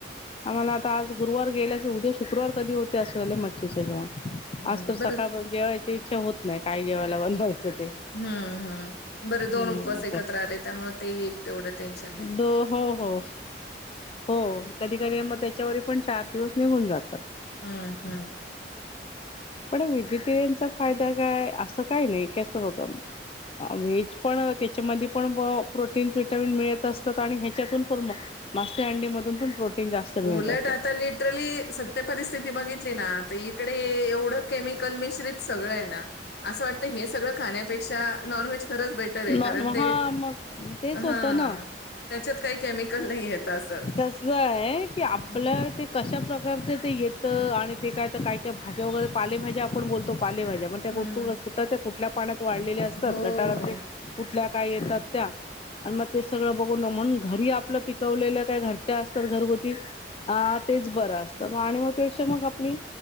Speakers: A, on the left; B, on the left.
A: आम्हाला आता आज गुरुवार गेल्या की उद्या शुक्रवार कधी होतय असं झाले मच्छीचं जेवण
B: हं.
A: आज तर सकाळपासून
B: बरं
A: जेवायची इच्छा होत नाय, काय जेवायला बनवायचं ते?
B: हम्म हम्म बर
A: हम्म
B: दोन उपवास
A: असं
B: एकत्र आले त्यामुळे ते एक तेवढं टेन्शन नाय
A: हो हो हो हो कधी कधी म त्याच्यावर पण चार दिवस निघून जातात
B: हम्म हम्म
A: पण व्हेजिटेरियनचा फायदा काय? असं काय नाही कस बघ व्हेज पण त्याच्यामध्ये पण प्रोटीन् विटामिन मिळत असतात आणि ह्याच्यातून पण मग मासे, अंडी मधून पण प्रोटीन जास्त मिळत
B: उलट
A: असतात.
B: आता लिटरली सत्य परिस्थिती बघितली ना तर इकडे एवढं केमिकल मिश्रित सगळं आहे ना असं वाटत हे सगळं खाण्यापेक्षा नॉन व्हेज खरंच बेट
A: हम्म
B: कारण ते,
A: हा मग तेच
B: हा
A: होतं ना
B: त्याच्यात काही केमिकल नाही ये असं.
A: तसलं आहे की आपलं
B: हं.
A: ते कशा प्रकारच ते येतं आणि ते काय, काय, काय भाज्या वगैरे पालेभाज्या आपण बोलतो पालेभाज्या प
B: हं.
A: कुठं, कुठल्या पाण्यात वाढलेले असतात
B: हो.
A: गटारातले कुठल्या काय येतात त्या आणि मगं ते सगळं बघून म्हणून घरी आपलं पिकवलेल्या काय घरच्या असतात घरगुती हा तेचं बरं असतं मग आणि मग त्या पेक्षा मग आपली